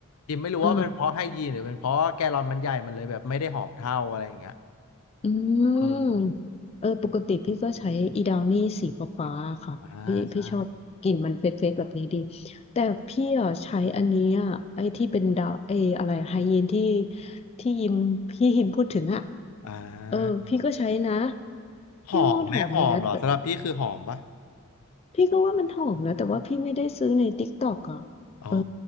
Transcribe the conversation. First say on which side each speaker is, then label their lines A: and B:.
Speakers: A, on the left; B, on the left.
A: ฮิมไม่รู้ว่าเป็นเพราะไฮยีนหรือเป็นเพราะแกลลอนมันใหญ่มันเลยแบบไม่ได้หอมเท่าอะไรอย่างเงี้ย
B: อ่า อื
A: เอ
B: มเออปกติพี่ก็ใช้อีดาวนี่สีฟ้าๆค่ะพี่พี่ชอบกลิ่นมันเฟรชๆแบบนี้ดี
A: ออ่าใช่
B: แต่พี่อ่ะใช้อันนี้อ่ะไอ้ที่เป็นดาวไอ้อะไรไฮยีนที่ที่ยิมพี่ยิมพูดถึงอ่ะ
A: อ่า
B: เออพี่ก็ใช้นะ
A: หอมไหมหอมเหรอสำหรับพี่คือหอมปะ
B: พี่ก็ว่ามันหอมดีนะแต่พี่ก็ว่ามันหอมนะแต่ว่าพี่ไม่ได้ซื้อในติ๊กต็อกอ่ะ
A: อ๋อ
B: เออ